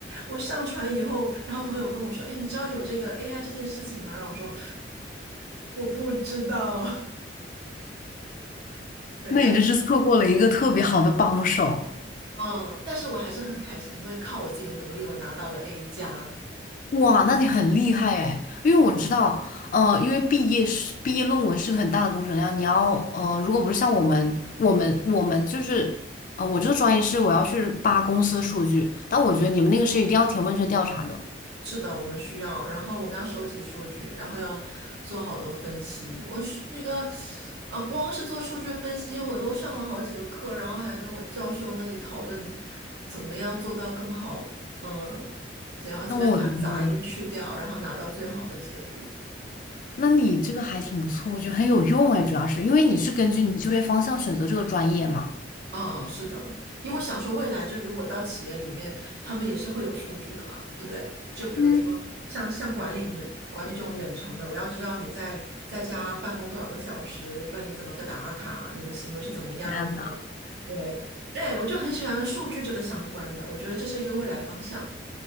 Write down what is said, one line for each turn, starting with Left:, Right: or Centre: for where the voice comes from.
Right: 我上传以后，然后朋友跟我说：“哎，你知道有这个 AI 这件事情吗？”然后我说。我不知道，对，
Left: 那你这是错过了一个特别好的帮手。
Right: 但嗯，但是我还是很开心，因为靠我自己的努力，我拿到了 A 加。
Left: 哇，那你很厉害哎，因为我知道，呃，因为毕业是毕业论文是个很大的工程量，你要呃，如果不是像我们，我们我们就是，呃，我这个专业是我要去扒公司的数据，但我觉得你们那个是一定要填问卷调查的，
Right: 是的，我们需要，然后我们要收集数据，然后要做好多分析。我是那个，呃，光是做数据分析，我都上了好几个课，然后还跟我教授那里讨论怎么样做到更好，嗯，怎样怎么样把杂音去掉，
Left: 那我觉得。
Right: 然后拿到最好的结果。
Left: 那你这个还挺不错，我觉得很有用哎，主要是因为你是根据你就业方向选择这个专业嘛。
Right: 啊，是的，因为我想说，未来就如果到企业里面，他们也是会有数据的嘛，对不对？就比如说像像管理你们管理这种远程的，
Left: 嗯，
Right: 我要知道你在在家办公多少个小时，问你怎么个打卡，你的行为是怎么样的，
Left: 天呐，
Right: 对，哎，我就很喜欢数据这个相关的，我觉得这是一个未来方向。